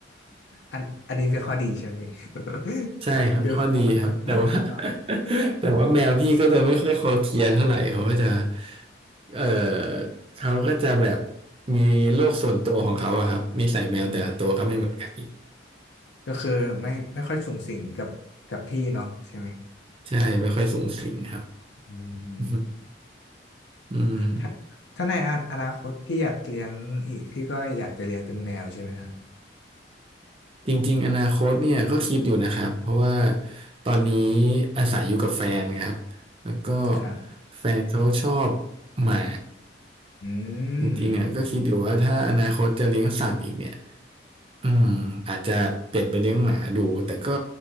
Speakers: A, on the left (about 70°); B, on the right (about 30°).
A: อันอันนี้เป็นข้อดีใช่ไหมพี่
B: ใช่ครับข้อดีครับแต่ว่า
A: <laughs> ดูอ่า
B: <laughs> แต่ว่าแมวพี่ก็จะไม่ค่อยคอเคลียร์เท่าไหร่เขาก็จะเออเขาก็จะแบบมีโลกส่วนตัวของเขาอะครับนิสัยแมวแต่ละตัวก็ไม่เหมือนกันอีก
A: อืมก็คือไม่ไม่ค่อยสุงสิงกับกับพี่เนาะใช่ไหม
B: ใช่ไม่ค่อยสูงสิงครับ
A: อืม
B: <laughs> อืม
A: ถ้าถ้าในอนาอนาคตพี่อยากเลี้ยงอีกพี่ก็อยากจะเลี้ยงเป็นแมวใช่ไหมฮะ
B: จริงๆอนาคตเนี่ยก็คิดอยู่นะครับเพราะว่าตอนนี้อาศัยอยู่กับแฟนครับแล้วก็
A: ครับ
B: แฟนเขาชอบหมา
A: อื
B: จริงๆอ่ะก็คิดอยู่ว่าถ้าอนาคตจะเลี้ยงสัตว์อีกเนี่ย
A: ม
B: อืมอาจจะเปลี่ยนไปเลี้ยงหมาดูแต่ก็